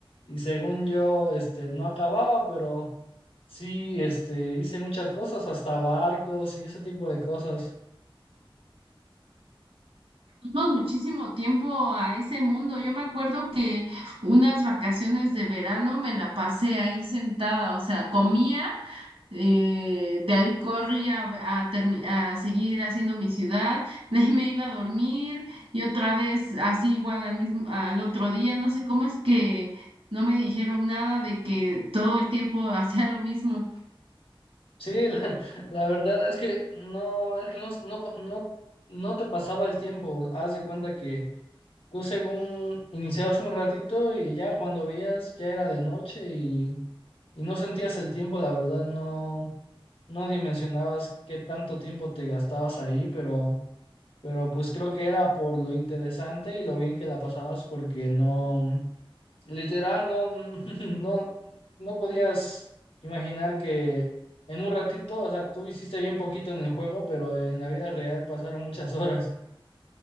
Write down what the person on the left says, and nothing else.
y según yo, este, no acababa, pero sí, este, hice muchas cosas, hasta barcos y ese tipo de cosas.
Sí, <laughs> la, la verdad es que no, es que no, no, no, no te pasaba el tiempo, haz de cuenta que puse un, iniciabas un ratito y ya cuando veías ya era de noche y, y no sentías el tiempo, la verdad, no, no dimensionabas qué tanto tiempo te gastabas ahí, pero, pero pues creo que era por lo interesante y lo bien que la pasabas porque no, literal, no, <laughs> no, no podías imaginar que en un ratito, o sea, tú hiciste bien poquito en el juego, pero en la vida real pasaron muchas <laughs> horas.